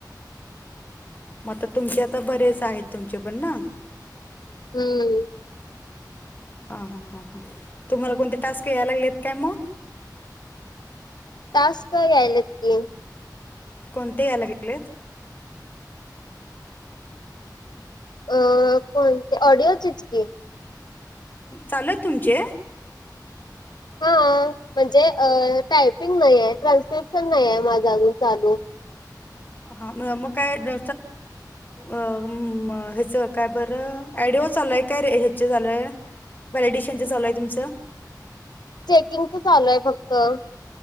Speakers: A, on the left; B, on the left.
A: मंग आंता तुमचे आंता बरेचं आहेतं तुमचे पणं नां
B: हम्मं
A: हां हां हां हां तुम्हांला कोणते टास्कं यायंला लागलेत कायं मंग
B: टांस्क यायंलेत की
A: कोणते यांयला लागलेत
B: अ कोणते ऑडिओचेच की
A: चालूं आहेतं तुमचे
B: हां म्हणजे अं टायपिंग नाहीं आहे ट्रान्स्क्रिप्शन नाहीं आहे मांझा अजूंन चालूं
A: हां मं मंग कायं अं मं ह्यांचं कायं बरं ऑडिओ चालूं आहे कायं रं ह्यांच चालूंय व्हॅलिडिशनचं चालूं आहे तुमचं
B: चेकिंगच चालूं आहे फक्तं